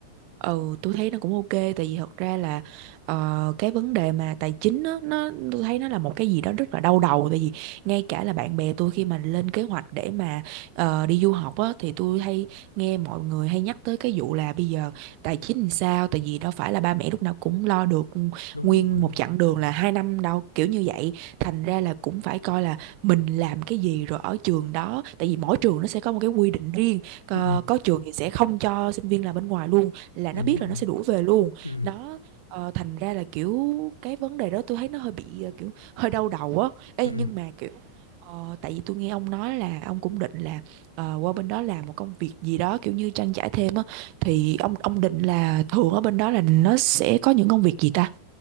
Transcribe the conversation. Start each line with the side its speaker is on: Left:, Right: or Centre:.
Right: Ừ, tôi thấy nó cũng ok tại vì thật ra là ờ, cái vấn đề mà tài chính á, nó tôi thấy nó là một cái gì đó rất là đau đầu tại vì ngay cả là bạn bè tôi khi mà lên kế hoạch để mà ờ, đi du học á thì tôi hay nghe mọi người hay nhắc tới cái vụ là bây giờ tài chính làm sao tại vì đâu phải là ba mẹ lúc nào cũng lo được ừ,
Left: đúng
Right: nguyên
Left: rồi
Right: một chặng đường là hai năm đâu kiểu như vậy thành ra là cũng phải coi là mình làm cái gì rồi ở trường đó tại vì mỗi trường nó sẽ có một cái quy định riêng có,
Left: ừ
Right: có trường thì sẽ không cho sinh viên làm bên ngoài luôn là
Left: đúng
Right: nó biết
Left: rồi
Right: là nó sẽ đuổi về luôn
Left: ừ
Right: đó ờ, thành ra là kiểu cái vấn đề đó tôi thấy nó hơi bị ờ, kiểu hơi đau đầu á Ê,
Left: ừ
Right: nhưng mà kiểu ờ, tại vì tôi nghe ông nói là ông cũng định là ờ, qua bên đó làm một công việc gì đó kiểu như trang trải thêm á thì ông ông định là thường ở bên đó là nó sẽ có những công việc gì ta